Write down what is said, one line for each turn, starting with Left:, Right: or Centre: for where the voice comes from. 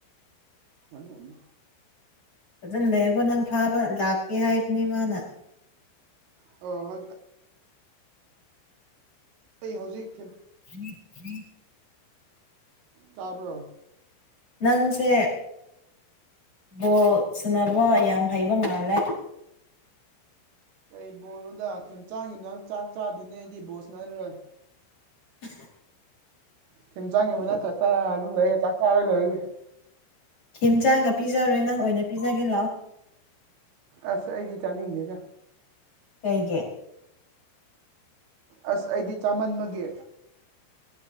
Right: ꯊꯅꯤ
Left: ꯐꯖꯅ ꯂꯩꯔꯒꯣ ꯅꯪ ꯐꯥꯕ ꯂꯥꯛꯀꯦ ꯍꯥꯏꯕꯅꯦ ꯃꯥꯅ
Right: ꯑ ꯍꯧ ꯑꯩ ꯍꯧꯖꯤꯛꯈꯤ
Left: ꯊ꯭ꯔꯤ ꯊ꯭ꯔꯤ
Right: ꯇꯥꯕ꯭ꯔꯣ
Left: ꯅꯪꯁꯦ ꯕꯣꯜ ꯁꯨꯅꯕ
Right: ꯑꯧ
Left: ꯌꯥꯝ ꯍꯩꯕ ꯃꯥꯜꯂꯦ
Right: ꯀꯩ ꯕꯣꯜꯅꯣꯗ ꯈꯦꯝꯆꯥꯡꯒꯤ ꯅꯪ ꯆꯥꯛ ꯆꯥꯗꯣꯏꯅꯦ ꯑꯩꯗꯤ ꯕꯣꯜꯁꯅꯥꯔꯔꯣꯏ
Left: ꯎ
Right: ꯊꯤꯟꯖꯥꯡꯒꯤ ꯃꯅꯥꯛ ꯈꯛꯇ ꯑꯗꯨꯝ ꯂꯩꯔꯒ ꯆꯥꯛ ꯆꯥꯔꯣꯏ ꯂꯩꯏꯔꯒꯦ
Left: ꯈꯦꯝꯆꯥꯡꯒ ꯄꯤꯖꯔꯣꯏ ꯅꯪ ꯑꯣꯏꯅ ꯄꯤꯖꯒꯦ ꯂꯥꯛꯑꯣ
Right: ꯑꯁ ꯑꯩꯗꯤ ꯆꯥꯅꯤꯡꯗꯦꯖ
Left: ꯀꯩꯒꯤ
Right: ꯑꯁ ꯑꯩꯗꯤ ꯆꯥꯃꯟꯕꯒꯤ